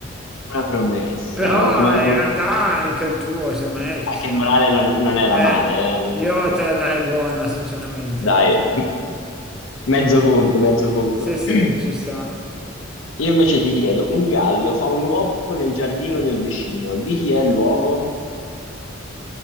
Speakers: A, on the left; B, in the centre.
A: Una promessa,
B: però
A: o come, come...
B: in realtà anche il tuo, secondo me
A: Anche
B: ci sta.
A: il morale non, non era
B: Eh,
A: male, eh? Non
B: io
A: era male.
B: te la darei buona, sinceramente.
A: Dai, m- mezzo punto, mezzo punto.
B: Sì, sì,
A: <clears throat>
B: ci sta.
A: Io invece ti chiedo, un gallo fa un uovo nel giardino del vicino, di chi è l'uovo?